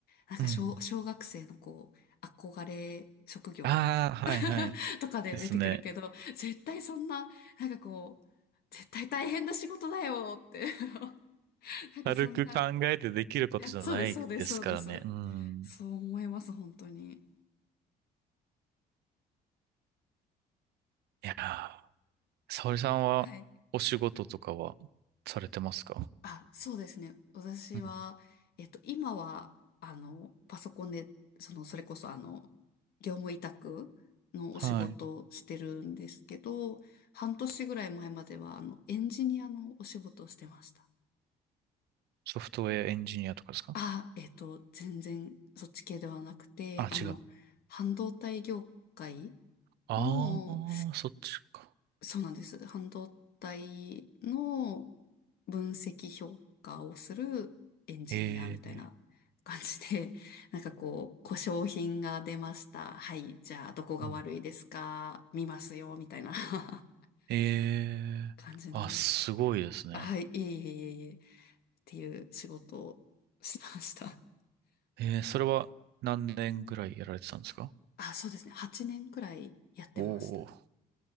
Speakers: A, on the left; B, on the right.
A: なんか小、
B: うん。
A: 小学生のこう、憧れ職業
B: ああ、
A: <laughs>
B: はいはい。
A: とかで出てくるけど、
B: ですね。
A: 絶対そんな、なんかこう、絶対大変な仕事だよって <laughs> なんかそんな、
B: 軽く考えてできることじゃないですからね。
A: いや、そうです、そうです、そうです。
B: うん。
A: そう思います、本当に。
B: いやー、沙織さんはお仕事とかはされてますか
A: はい。あ、そうですね。私は、
B: うん。
A: えっと、今は、あの、パソコンで、その、それこそ、あの、業務委託のお仕事をしてるんですけど、
B: はい。
A: 半年ぐらい前までは、あの、エンジニアのお仕事をしてました。
B: ソフトウェアエンジニアとかですか
A: あ、えっと、全然、そっち系ではなくて、
B: あ、
A: あの、
B: 違う。
A: 半導体業界
B: ああ、
A: の、
B: そっちか。
A: そうなんです。半導体の分析評価をするエンジニアみたいな感じで、
B: ええ
A: <laughs> なんかこう、故障品が出ました。はい、じゃあどこが悪いですか見ますよ、
B: うん。
A: みたいな <laughs>
B: ええあ、
A: 感じの。
B: すごいですね。
A: あはい、いえいえいえいえ、っていう仕事をしました。
B: ええそれは何年ぐらいやられてたんですか
A: <laughs> あ、そうですね。8年くらいやってました。
B: おおー。